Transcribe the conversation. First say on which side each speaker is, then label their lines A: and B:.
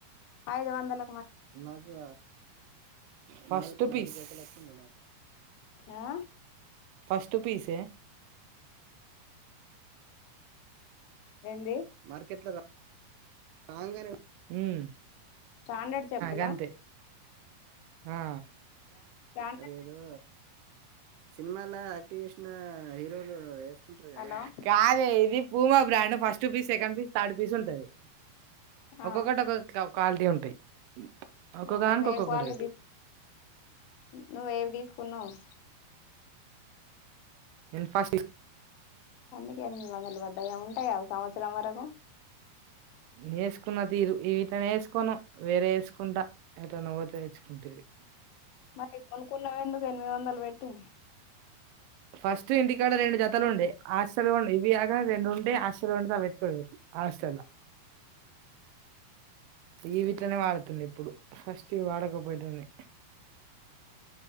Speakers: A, on the left; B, on the right.
A: ఐదు వందల
B: నాకు ఫస్ట్ పీస్ంది నాకు
A: ఆ
B: ఫస్ట్ పీస్ే
A: ఏంది
B: మార్కెట్ లో రా ంత
A: స్టాండర్డ్ చెప్పులా
B: గంత ఆ
A: బ్రాండెడ్
B: అదేదో సినిమాాల యాక్టివ్ చేసిన హీరోలు వేసుకుంటారు
A: హలో
B: కదాద ఇది భూమా బ్రాడ్ ఫస్ట్ పీ సెకం పీస్ థడ్ పీస్ ఉంటది
A: ఆ
B: ఒక్కొక్కటి ఒకలా ఒకాలటీ ఉంటాయి ఒక్కొక్కదానికి
A: ఆ నువ
B: ఒక్కొక్క
A: వాల్
B: రేటు
A: దసు నువ్వేవి తీసుకున్నావు
B: ఇన్ఫా సి
A: అందుక ఎనిమిది వందలు పడ్డాయా ఉంటాయా సంవత్సరం వరకు
B: వేసుకున్న తీరు ఇవిటనే వేసుకోను వేరే వేసుకుంటా ఎట నువ్వు తెేచ్చుకుంటేవి
A: మరి కొనుకున్న ఎందుకు ఎనిమిది వందలు పెట్టి
B: ఫస్ట్ ఇంటికాడ రెండు జతలు ఉండే ఆస్టెల్ం ఇవి ఆగ రెండు ఉండే హస్టెల్ ఉంంట అవ ఎత్తుకదిర్ ఆాస్టెల్ ఈ వీట్లనే వాడుతుండ ఇప్పుడు ఫస్ట్ ఇ వాడకపోయటన్ని